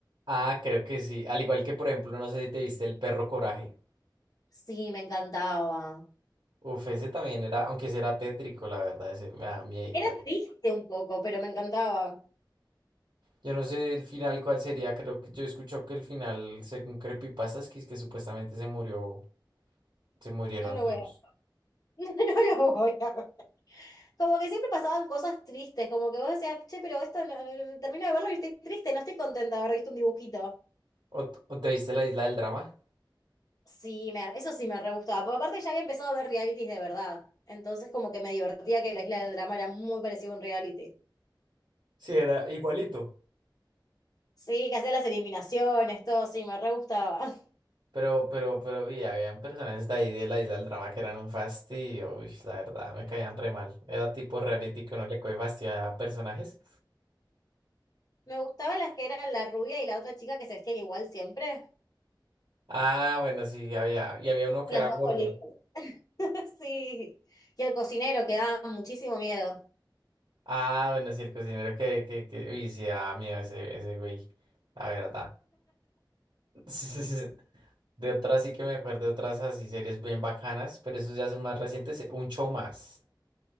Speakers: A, on the right; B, on the left.
A: Ah, creo que sí, al igual que, por ejemplo, no sé si te viste El Perro Coraje.
B: Sí, me encantaba.
A: Uf, ese también era, aunque ese era tétrico, la verdad, ese me da miedo y
B: Era
A: tal.
B: triste un poco, pero me encantaba.
A: Yo no sé el final cuál sería, creo que yo escucho que el final, según Creepypastas, que es que supuestamente se murió, se murieron
B: No lo
A: todos.
B: voy a... <laughs> No lo voy a ver. Como que siempre pasaban cosas tristes, como que vos decías, che, pero esto no, no- no- termino de verlo y estoy triste, no estoy contenta de haber visto un dibujito.
A: ¿O, o te viste la isla del drama?
B: Sí, me, eso sí me re gustaba, porque aparte ya había empezado a ver realities de verdad. Entonces como que me divertía que la Isla del Drama era muy parecido a un reality.
A: Sí, era igualito.
B: Sí, que hacía las eliminaciones, todo, sí, me re gustaba. <laughs>
A: Pero, pero, pero, y habían personas de ahí de la isla del drama que eran un fastidio, uy, la verdad, me caían re mal. Era tipo reality que uno le coge fastidio a personajes.
B: Me gustaban las que eran la rubia y la otra chica que se vestían igual siempre.
A: Ah, bueno, sí, había, y había uno que
B: Las
A: era
B: dos
A: gordo.
B: solitas. <laughs> Sí. Y el cocinero, que daba muchísimo miedo.
A: Ah, bueno, sí, el cocinero que, que, que, uy, sí, ah, miedo ese, ese güey, la verdad. <laughs> De otras sí que me acuerdo, de otras así series bien bacanas, pero esos ya son más recientes, eh, un show más.